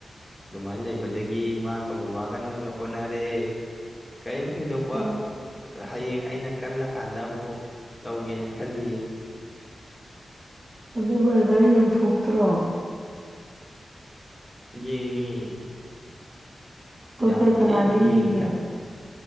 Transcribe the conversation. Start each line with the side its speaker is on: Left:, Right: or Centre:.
Centre: ꯑꯗꯨꯃꯥꯏꯅ ꯂꯩꯕꯗꯒꯤ ꯏꯃꯥꯒ ꯕꯕꯥꯒꯅ ꯑꯣꯏꯅ ꯍꯣꯠꯅꯔꯦ ꯀꯔꯤꯝ ꯊꯣꯏꯗꯣꯛꯄ
Right: ꯑꯣ
Centre: ꯍꯌꯦꯡ ꯑꯩꯅ ꯀꯜꯂꯀꯥꯟꯗ ꯑꯃꯨꯛ ꯇꯧꯒꯦꯅ ꯈꯜꯂꯤꯌꯦ
Right: ꯑꯗꯨ ꯕꯔꯗꯔ ꯌꯦꯡꯊꯣꯛꯇ꯭ꯔꯣ
Centre: ꯌꯦꯡꯉꯤ
Right: ꯗꫭꯛꯇꯔ
Centre: ꯌꯥꯝ
Right: ꯀꯅꯥꯗ
Centre: ꯊꯤꯅ
Right: ꯌ‌ꯦꯡꯒ‌ꯦ
Centre: ꯌꯦꯡꯉꯤꯗ